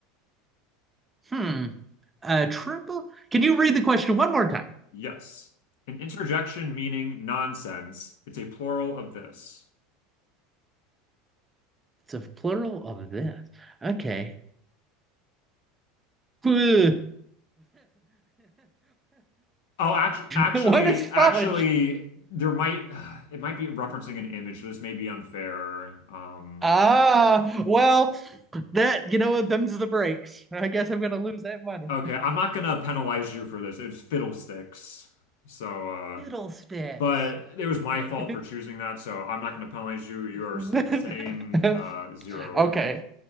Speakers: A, on the right; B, on the left.
A: hmm. A triple? Can you read the question one more time?
B: Yes. An interjection meaning nonsense. It's a plural of this.
A: It's a plural of this. Okay. <laughs> fudge.
B: Oh, actually, actually,
A: What is fudge?
B: actually, there might <sighs> it might be referencing an image. This may be unfair. Um,
A: Ah, well, that you know what? Them's the breaks. I guess I'm gonna lose that money.
B: okay, I'm not gonna penalize you for this. It was fiddlesticks. So, uh,
A: Fiddlesticks.
B: but it was my
A: Okay.
B: fault for choosing that. So I'm not gonna penalize you. You are
A: <laughs>
B: at the same uh, zero.
A: okay.